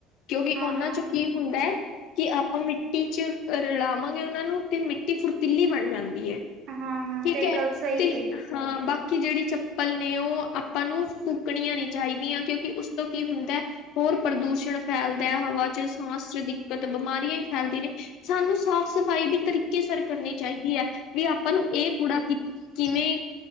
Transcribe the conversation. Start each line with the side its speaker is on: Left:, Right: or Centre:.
Left: ਕਿਉਂਕਿ
Right: ਹਾਂ-ਹਾਂ,
Left: ਉਹਨਾਂ ਚ ਕੀ ਹੁੰਦਾ ਹੈ, ਕਿ ਆਪਾਂ ਮਿੱਟੀ ਚ ਰਲਾਵਾਂਗੇ ਉਹਨਾਂ ਨੂੰ। ਤੇ ਮਿੱਟੀ ਫੁਰਤੀਲੀ ਬਣ ਜਾਂਦੀ ਹੈ,
Right: ਹਾਂ-ਹਾਂ
Left: ਠੀਕ
Right: ਤੇਰੀ
Left: ਹੈ,
Right: ਗੱਲ ਸਹੀ
Left: ਤੇ
Right: ਏ।
Left: ਹਾਂ ਬਾਕੀ ਜਿਹੜੀ ਚੱਪਲ ਨੇ ਉਹ ਆਪਾਂ ਨੂੰ ਫੂਕਣੀਆਂ ਨਹੀਂ ਚਾਹੀਦੀਆਂ, ਕਿਉਂਕਿ ਉਸ ਤੋਂ ਕੀ ਹੁੰਦਾ ਹੋਰ ਪ੍ਰਦੂਸ਼ਣ ਫੈਲਦਾ ਹਵਾ ਚ ਸਾਂਸ ਚ ਦਿੱਕਤ ਬਿਮਾਰੀਆਂ ਹੀ ਫੈਲਦੀਆਂ ਨੇ, ਸਾਨੂੰ ਸਾਫ਼ ਸਫ਼ਾਈ ਵੀ ਤਰੀ ਕੇਅਰ ਕਰਨੀ ਚਾਹੀਦੀ ਹੈ ਵੀ ਆਪਾਂ ਨੂੰ ਇਹ ਕੂੜਾ ਕਿ ਕਿਵੇਂ